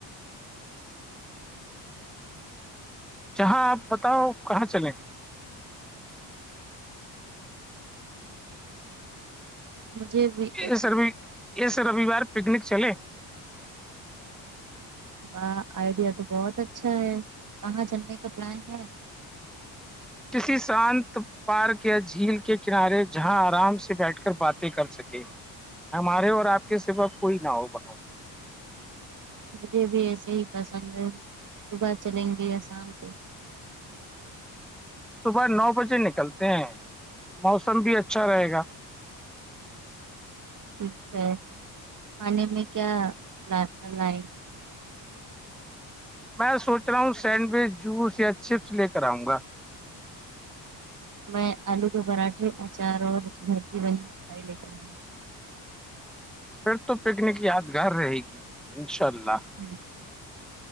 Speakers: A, in the centre; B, on the right (about 45°).
A: جہاں آپ بتاؤ کہاں چلیں
B: مجھے بھی
A: اس ریوی اسرویوار پکنک چلے
B: واہ آئیڈیا تو بہت اچھا ہے کہاں جلنے کا پلان ہے
A: کسی شانت پارک یا جھیل کے کنارے جہاں آرام سے بیٹھ کر باتیں کر سکے ہمارے اور آپ کے سیوا کوئی نہ ہو وہاں
B: مجھے بھی ایسے ہی پسند ہے صبح چلیں گے یا شام کو
A: صبح نو بجے نکلتے ہیں موسم بھی اچھا رہے گا
B: ٹھیک ہے کھانے میں کیا لائن
A: بس سوچ رہا ہوں سینڈوچ جوس یا چپس لے کر آؤں گا
B: میں آلو کے پراٹھے اچار اور گھر کی بنی مٹھائی لے کر آؤ گی
A: پھر تو پکنک یادگار رہے گی ان شاء اللہ
B: ہوں